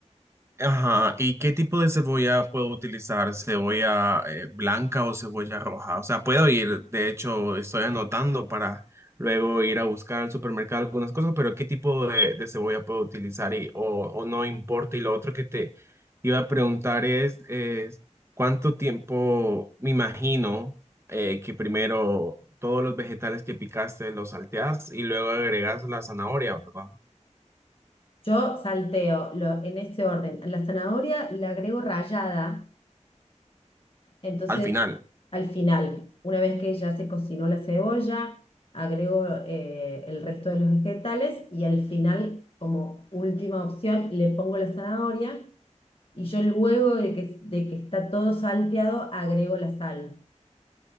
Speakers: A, on the right; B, on the left.
A: Ajá, ¿y qué tipo de cebolla puedo utilizar? ¿Cebolla eh, blanca o cebolla roja? O sea, puedo ir, de hecho, estoy anotando para luego ir a buscar al supermercado algunas cosas, pero ¿qué tipo de, de cebolla puedo utilizar y, o, o no importa? Y lo otro que te iba a preguntar es, es ¿cuánto tiempo, me imagino, eh, que primero todos los vegetales que picaste los salteas y luego agregas la zanahoria, ¿verdad?
B: Yo salteo lo- en ese orden. La zanahoria la agrego rallada, entonces
A: Al final.
B: al final, una vez que ya se cocinó la cebolla, agrego eh, el resto de los vegetales y al final, como última opción, le pongo la zanahoria Y yo luego de que, de que está todo salteado, agrego la sal.